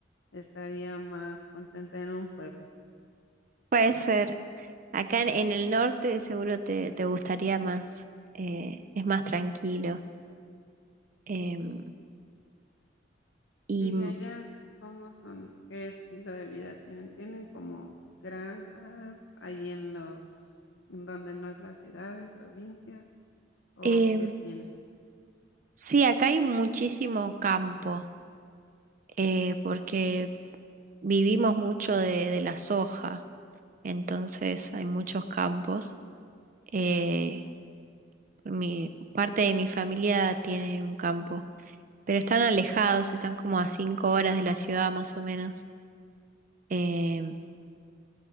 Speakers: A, on the left; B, on the right.
A: estaría más contenta en un pueblo.
B: puede ser. Acá en, en el norte seguro te, te gustaría más, eh, es más tranquilo. Em, y
A: Y allá, ¿cómo son? ¿Qué estilo de vida tienen? ¿Tienen como granjas ahí en los, en donde no es la ciudad, en provincia? ¿O
B: em,
A: qué tienen?
B: sí, acá hay muchísimo campo. eh, porque vivimos mucho de, de la soja, entonces hay muchos campos. Eh, mi, parte de mi familia tiene un campo, pero están alejados, están como a cinco horas de la ciudad más o menos. Eh,